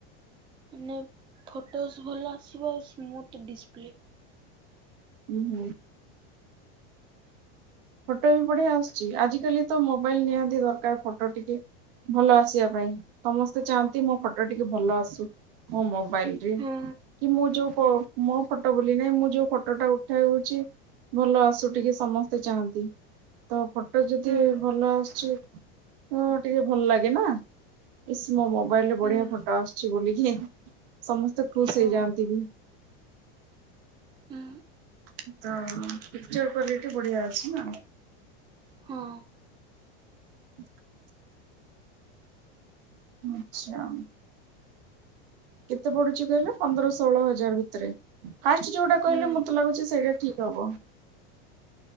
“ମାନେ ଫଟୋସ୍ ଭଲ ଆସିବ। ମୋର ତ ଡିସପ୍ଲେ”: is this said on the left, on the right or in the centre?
Right